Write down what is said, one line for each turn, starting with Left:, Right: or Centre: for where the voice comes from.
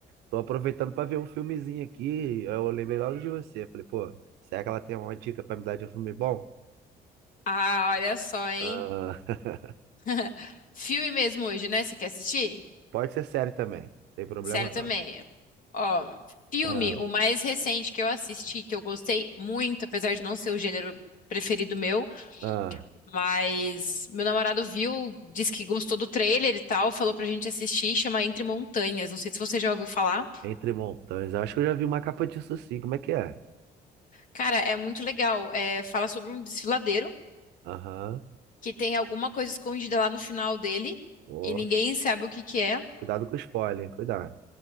Right: tô aproveitando pra ver um filmezinho aqui. Eu lembrei logo de você. Falei, pô, será que ela tem uma dica pra me dar de um filme bom?
Left: Ah, olha só, hein?
Right: Ah, <laughs>
Left: <laughs> Filme mesmo hoje, né? Você quer assistir?
Right: pode ser sério também, não tem problema
Left: Sério também.
Right: não.
Left: Ó, filme,
Right: Ah,
Left: o mais recente que eu assisti, que eu gostei muito, apesar de não ser o gênero preferido meu,
Right: ah,
Left: mas meu namorado viu, disse que gostou do trailer e tal, falou pra gente assistir, chama Entre Montanhas. Não sei se você já ouviu falar.
Right: Entre Montanhas. Eu acho que eu já vi uma capa disso sim. Como é que é?
Left: Cara, é muito legal. É, fala sobre um desfiladeiro.
Right: Aham.
Left: que tem alguma coisa escondida lá no final dele
Right: Ó,
Left: e ninguém sabe o que que é.
Right: cuidado com o spoiler, hein? cuidado.